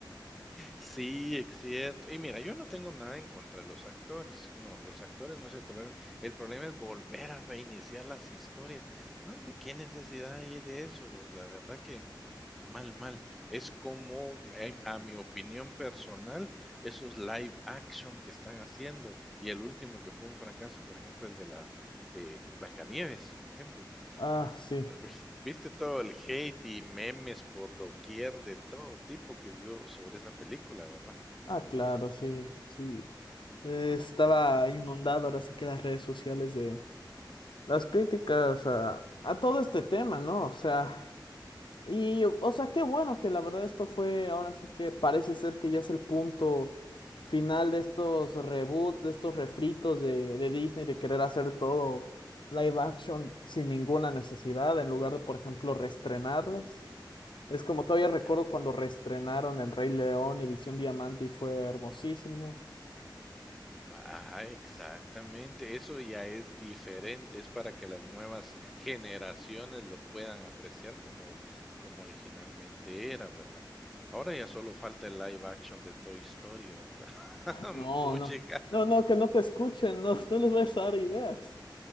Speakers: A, in the centre; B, on the left.
A: Sí, ex cierto. Y mira, yo no tengo nada en contra de los actores. No, los actores no es el problema. El problema es volver a reiniciar las historias. No, hombre, qué necesidad hay de eso. O sea, La verdad que mal, mal. Es como, en- a mi opinión personal, esos live action que están haciendo. Y el último que fue un fracaso, por ejemplo, el de la eh, Blancanieves, por ejemplo.
B: Ah, sí.
A: Eh, Pues, Viste todo el hate y memes por doquier de todo tipo que hubo sobre esa película, ¿verdad?
B: Ah, claro, sí, sí. Eh, estaba inundado ahora sí que las redes sociales de las críticas a, a todo este tema, ¿no? O sea, y, o sea, qué bueno que la verdad esto fue, ahora sí que parece ser que ya es el punto final de estos reboots, de estos refritos de, de Disney, de querer
A: Mm,
B: hacer todo live action sin ninguna necesidad, en lugar de, por ejemplo, reestrenarlas. Es como todavía recuerdo
A: que
B: cuando reestrenaron El Rey León, edición diamante, y fue hermosísimo.
A: va ajá, exactamente. Eso ya es diferente, es para que las nuevas generaciones lo puedan apreciar como como originalmente era, ¿verdad? Ahora ya solo falta el live action de Toy Story, o sea, <laughs>
B: No,
A: puchica.
B: no, no, no, que no te escuchen, no, no les vayas a dar ideas.